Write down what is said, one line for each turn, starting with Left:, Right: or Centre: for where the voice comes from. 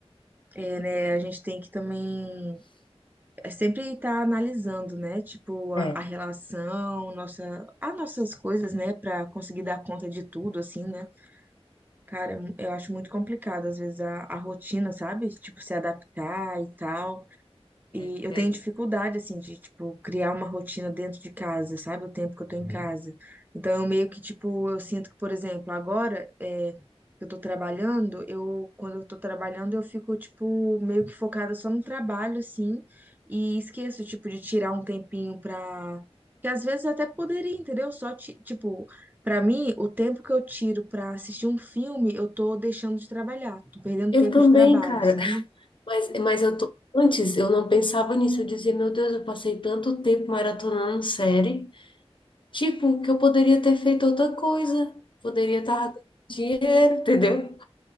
Right: é, né? A gente tem que também é sempre estar analisando, né? Tipo, a,
Left: É.
Right: a relação, nossa, as nossas coisas, né? Pra conseguir dar conta de tudo, assim, né? Cara, eu acho muito complicado, às vezes, a, a rotina, sabe? Tipo, se adaptar e tal. E
Left: É diferente.
Right: eu tenho dificuldade, assim, de, tipo, criar uma rotina dentro de casa, sabe? O tempo que eu tô em Uhum. casa. Então, eu meio que, tipo, eu sinto que, por exemplo, agora é, eu tô trabalhando, eu, quando eu tô trabalhando, eu fico, tipo, meio que focada só no trabalho, assim, e esqueço, tipo, de tirar um tempinho pra... Que às vezes até poderia, entendeu? Só, ti- tipo, pra mim, o tempo que eu tiro pra assistir um filme, eu tô deixando de trabalhar, tô perdendo
Left: Eu
Right: tempo
Left: também,
Right: de trabalho,
Left: cara.
Right: sabe?
Left: Mas, mas eu tô. Antes eu não pensava nisso. Eu dizia, meu Deus, eu passei tanto tempo maratonando série. Tipo, que eu poderia ter feito outra coisa. Poderia estar ganhando dinheiro, entendeu?